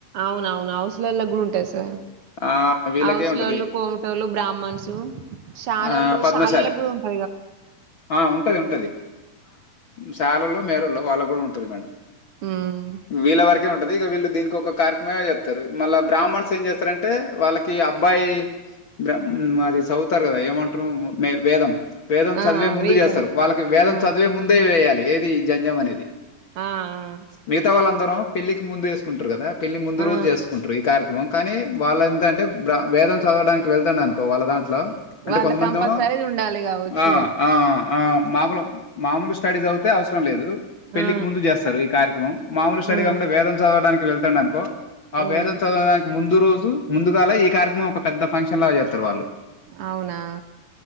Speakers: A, on the right (about 80°); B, on the left (about 50°).
A: అవునవును అవసలోళ్ళ గూడా ఉంటాద్ సార్
B: ఆ వీళ్ళకే
A: ఆవసలోళ్ళు,
B: ఉంటది
A: కోమ్టోళ్ళు, బ్రాహ్మన్సు, శాలోళ్లు,
B: ఆ పద్మశాలి
A: శాలోళ్లగూడా ఉంట
B: ఆ ఉంటది ఉంటది. శాలోళ్లు, మేరోళ్ళు వాళ్ళగూడా ఉంటది మేడం
A: హ్మ్.
B: వీళ్ళ వరకే ఉంటది. ఇగ వీళ్ళు దీనికి ఒక కార్క్మే చెప్తారు. మళ్ళా బ్రాహ్మన్స్ ఏం చేస్తారంటే? వాళ్ళకి అబ్బాయి బ్రా మాది సవుతారు గదా ఏమంట్రు, మే వేదం వేదం
A: ఆ!
B: చదివే
A: ఆ!
B: ముందు
A: వేదం.
B: చేస్తారు. వాళ్ళకి వేదం
A: ఆ!
B: చదివే ముందే వేయాలి. ఏది? ఈ జన్జం అనేది.
A: ఆ! ఆ!
B: మిగతా వాళ్ళందరో పెళ్లికి ముందు వేసుకుంట్రు గదా. పెళ్లి ముందు
A: ఆ!
B: రోజు జెసుకుంట్రు, ఈ కార్ క్రమం కానీ వాళ్ళ అంతే అంటే బ్రా వేదం చదవడానికి వెళ్తాండనుకో వాళ్ళ దాంట్లో, అంటే
A: వాళ్ళ
B: కొంతమందోవ్
A: కంపల్సరీది ఉండాలి గావచ్చు
B: ఆ
A: ఇగ.
B: ఆ ఆ మామూలు మామూలు స్టడీ సదువుతే అవసరం లేదు. పెళ్ళలికి
A: ఆ!
B: ముందు చేస్తారు. ఈ కార్యక్రమం మాముూలు స్టడీ
A: ఆ!
B: కాకుండా, వేదం చదవడానికి వెళ్తాండానుకో ఆ
A: హ్మ్.
B: వేదం చదవడానికి ముందు రోజు, ముందుగానే ఈ కార్యక్రమం, ఒక పెద్ద ఫంక్షన్ లాగా చేత్తరు వాళ్ళు.
A: అవునా